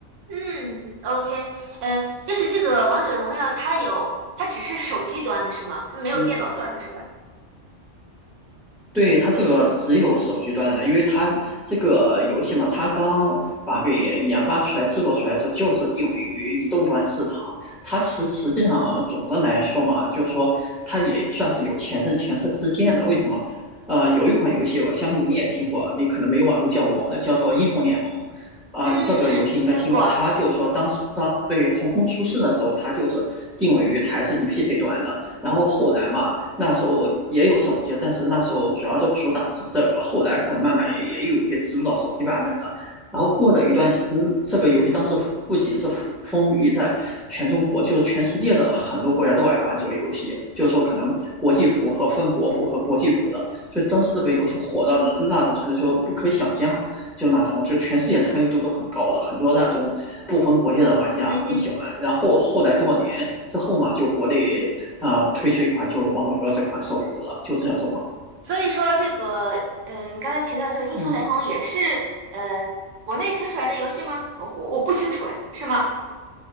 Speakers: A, on the right; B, in the centre.
A: 嗯，OK，呃，就是这个王者荣耀，它有，它只是手机端的是吗？它没有电脑端的是吧？
B: 嗯，对，它这个只有手机端的，因为它这个游戏嘛，它刚把它给研发出来、制作出来的时候，就是定位于移动端市场。它实实际上总的来说嘛，就说它也算是有前车前车之鉴的。为什么？呃，有一款游戏，我相信你也听过，你可能没有玩过，叫我叫做《英雄联盟》啊，
A: 嗯嗯，
B: 你这个游戏应该听过。
A: 听过，
B: 它就是说当时当对横空出世的时候，它就是定位于台式机 PC 端的，然后后来嘛。那时候也有手机，但是那时候主要就主打的是这个，后来可能慢慢也也有一些植入到手机版本的。然后过了一段时间，嗯，这个游戏当时不仅是风靡在全中国，就是全世界的很多国家都爱玩这个游戏。就是说，可能国际服和分国服和国际服的，所以当时这个游戏火到那种程度，就不可想象。就那种就全世界参与度都很高的，很多那种不分国界的玩家一起玩。
A: 嗯哼。
B: 然后后来多少年之后嘛，就国内啊、呃推出一款就《王者荣耀》这款手游了，就这种。
A: 所以说这个，嗯，你刚才提到这个英雄联盟也是
B: 嗯，
A: 呃国内推出来的游戏吗？我我我不清楚，哎，是吗？